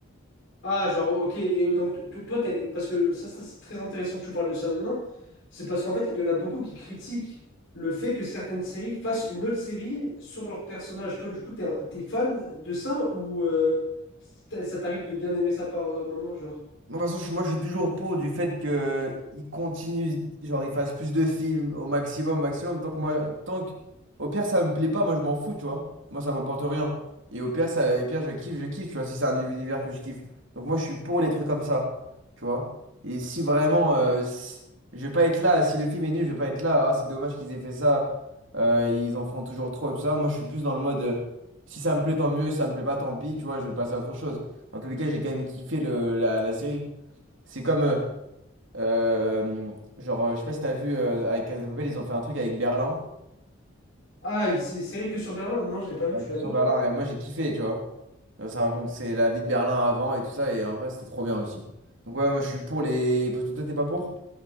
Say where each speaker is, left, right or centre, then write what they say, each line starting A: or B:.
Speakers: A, on the left; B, on the right.
A: Ah, genre, ok, et donc to- toi, t'es- parce que ça, ça, c'est très intéressant que tu parles de ça maintenant, c'est parce qu'en fait, il y en a beaucoup qui critiquent le fait que certaines séries fassent une autre série sur leur personnage. Toi, du coup, t'es, un- t'es fan de ça ou euh, t'as- ça t'arrive de bien aimer ça par euh, moment, genre?
B: Moi, de toute façon, je- moi, je suis toujours pour du fait que il continue, genre, il fasse plus de films au maximum, au maximum. Tant que moi, tant que, au pire, ça me plaît pas, moi, je m'en fous, tu vois. Moi, ça m'apporte rien. Et au pire, ça, et pire, je kiffe, je kiffe, tu vois, si c'est un univers que je kiffe. Donc, moi, je suis pour les trucs comme ça, tu vois. Et si vraiment, euh, s- je vais pas être là, si le film est nul, je vais pas être là. Ah, c'est dommage qu'ils aient fait ça. Euh, ils en font toujours trop, et tout ça. Moi, je suis plus dans le mode, euh, si ça me plaît, tant mieux, si ça me plaît pas, tant pis, tu vois, je vais passer à autre chose. En tous les cas, j'ai quand même kiffé le, la, la série. C'est comme, euh, euh, genre, euh, je sais pas si t'as vu, euh, avec Casa de Papel, ils ont fait un truc avec Berlin.
A: Ah, une sé- série que sur Berlin? Non, je l'ai pas vu,
B: Avec
A: tu l'as
B: sur
A: vu,
B: Berlin,
A: toi?
B: et moi j'ai kiffé, tu vois. Genre, ça raconte, c'est la vie de Berlin avant et tout ça, et en vrai, c'était trop bien aussi. Donc ouais, moi je suis pour les... Parce que toi, t'es pas pour?